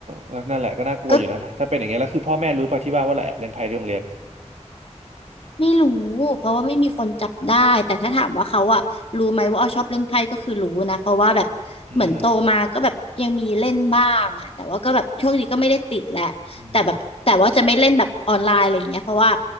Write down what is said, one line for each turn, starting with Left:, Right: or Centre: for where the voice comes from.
Right: แล้วนั่นแหละก็น่ากลัวอยู่นะถ้าเป็นอย่างเงี้ยแล้วคือพ่อแม่รู้ป่ะที่บ้านว่าเราแอบเล่นไพ่ที่โรงเรียน
Left: ก็ไม่รู้เพราะว่าไม่มีคนจับได้แต่ถ้าถามว่าเขาอะรู้ไหมว่าอ้อชอบเล่นไพ่ก็คือรู้นะเพราะว่าแบบเหมือนโตมาก็แบบยังมีเล่นบ้างอะแต่ว่าก็แบบช่วงนี้ก็ไม่ได้ติดแหละแต่แบบแต่ว่าจะไม่เล่นแบบออนไลน์อะไรอย่างเงี้ยเพราะว่า
Right: อืมอืม